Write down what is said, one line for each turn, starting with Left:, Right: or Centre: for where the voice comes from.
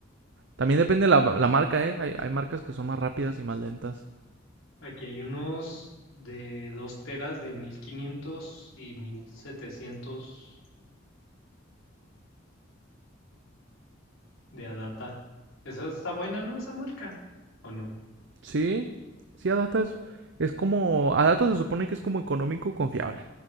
Right: También depende la, la marca, ¿eh? Hay, hay marcas que son más rápidas y más lentas.
Left: Aquí hay unos de 2 teras de 1500 y 1700. de Adata. Esa está buena, ¿no? Esa marca. ¿O no?
Right: Sí, sí, Adata es, es como... Adata se supone que es como económico confiable.